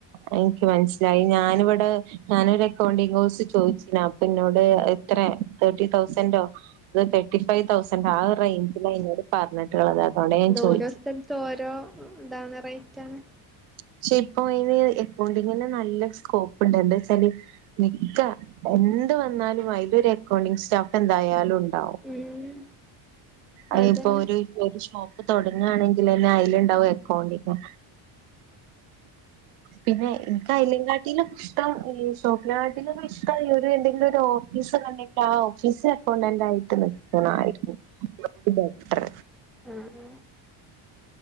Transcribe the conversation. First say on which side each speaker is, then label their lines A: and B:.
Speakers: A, on the right (about 85°); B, in the centre.
A: എനിക്ക് മനസ്സിലായി ഞാനിവിടെ ഞാനൊരു അക്കൗണ്ടിങ് കോഴ്സ് ചോദിച്ചന അപ്പന്നോട് എത്രയ തേർട്ടി തൗസന്റോ ഇത് തേർട്ടി ഫൈവ് തൗസന്റ് ആ റേഞ്ചലാ ഇന്നോട് പറഞ്ഞിട്ടുള്ളത് അതോണ്ട് ഞാൻ
B: അത്
A: ചോദിച്ചത്
B: ഓരോ സ്ഥലത്തും ഓരോ ഇതാണ് റേറ്റാണ്
A: പക്ഷെ ഇപ്പ അതിന് എക്കൗണ്ടിങ്ങിന് നല്ല സ്കോപ്പ് ഉണ്ട് എന്താ വെച്ചാല് മിക്ക എന്ത് വന്നാലും അതിലൊരു അക്കൗണ്ടിങ് സ്റ്റാഫ് എന്തായാലും ഉണ്ട്
B: ഉം
A: അയിപ്പോ
B: അതന്നെ
A: ഒരു ഒരു ഷോപ്പ് തുടങ്ങുകയാണെങ്കിലെന്നെ അതിലുണ്ടാവും അക്കൗണ്ടിങ് പിന്നെ ഇൻക് അയിലങ്ങാട്ടിലും ഇഷ്ടം ഈ ഷോപനാട്ടിലൊക്കെ ഇഷ്ടം എന്തെങ്കിലും ഒരു ഓഫീസ് ഇണ്ടെങ്കിൽ ആ ഓഫീസ് അക്കൗണ്ടന്റായിട്ട് നിക്കണായിരുന്നു ബെറ്റർ
B: ആഹ്